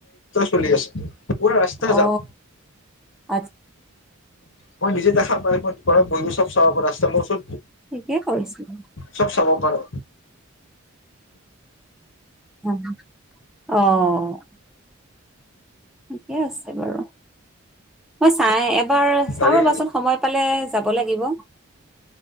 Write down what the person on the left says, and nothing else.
চলি আছে পুৰা ৰাস্তা
যাম।
মই নিজে দেখা পাই মই ঘৰত বহো চব চাব ৰাস্তা মোৰচোন
চব চাব কৰোঁ।
গাড়ী